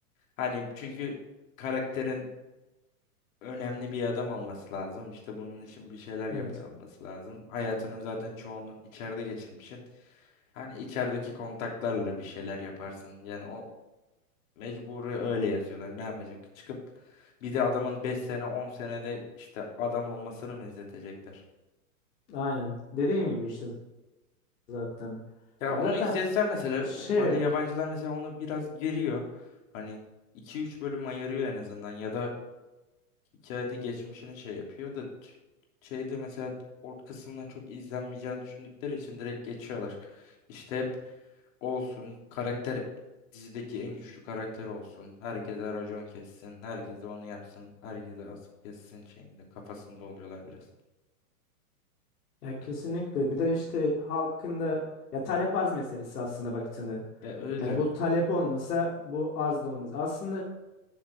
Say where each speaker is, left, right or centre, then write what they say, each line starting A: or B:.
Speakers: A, on the left; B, on the left.
A: Hani çünkü karakterin önemli bir adam olması lazım. İşte bunun için bir şeyler
B: Evet.
A: yapıyor olması lazım. Hayatının zaten çoğunu içeride geçirmişsin. Hani içerideki kontaklarla bir şeyler yaparsın. Yani o mecburi öyle yazıyorlar. Ne yapacak? Çıkıp bir de adamın 5 sene 10 senede işte adam olmasını mı izletecekler?
B: Aynen. Dediğin gibi işte zaten.
A: Ya
B: Ya
A: onu
B: zaten
A: izletsen mesela
B: şey
A: o- hani yabancılar mesela onu biraz geriyor. Hani iki üç bölüm ayırıyor en azından ya da hikayede geçmişini şey yapıyor da t- şeyde mesela ort kısımlar çok izlenmeyeceğini düşündükleri için direkt geçiyorlar. İşte hep olsun karakter dizideki en güçlü karakter olsun. Herkese racon kessin. Herkese onu yapsın. Herkese asıp kessin şeyinde kafasında oluyorlar biraz.
B: Ya kesinlikle. Bir de işte halkın da ya talep arz meselesi aslında baktığında.
A: Ya öyle.
B: Yani bu talep olmasa bu arz da olmaz. Aslında